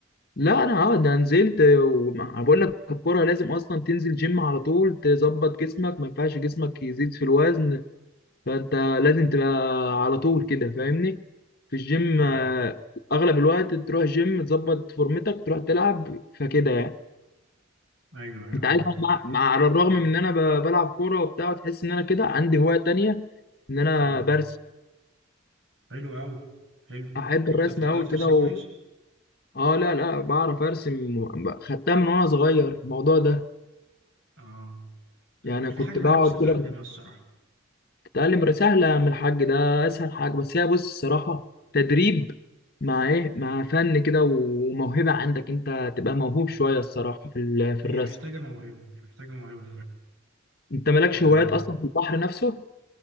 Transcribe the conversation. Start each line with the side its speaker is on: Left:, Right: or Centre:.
Left: لا انا اه ده نزلت وبقول لك الكوره لازم اصلا تنزل جيم على طول تظبط جسمك ما ينفعش جسمك يزيد في الوزن فانت لازم تبقى على طول كده فاهمني في الجيم
Right: أيوه
Left: آه، اغلب الوقت تروح جيم تظبط فورمتك تروح تلعب فكده يعني
Right: أيوه أيوه
Left: انت
Right: فاهم
Left: عارف أنا مع, مع على الرغم من ان انا ب- بلعب كوره وبتاع وتحس ان انا كده عندي هوايه تانية ان انا
Right: آه.
Left: برسم
Right: حلو أوي حلو
Left: احب
Right: طيب،
Left: الرسم
Right: طب بتعرف
Left: قوي
Right: ترسم
Left: كده و...
Right: كويس؟
Left: اه لا لا بعرف ارسم خدتها من وانا صغير الموضوع ده
Right: آه
Left: يعني
Right: أنا في
Left: كنت
Right: حاجة بقى
Left: بقعد
Right: نفسي أتعلمها
Left: كده
Right: الصراحة
Left: تتعلم رأي- سهلة من الحاج ده أسهل حاجة بس هي بص الصراحة تدريب مع إيه مع فن كده وموهبة عندك أنت تبقى موهوب شوية الصراحة في ال- في
Right: هي
Left: الرسم
Right: محتاجة موهبة هي محتاجة موهبة
Left: أنت مالكش
Right: فعلا
Left: هوايات أصلا في البحر نفسه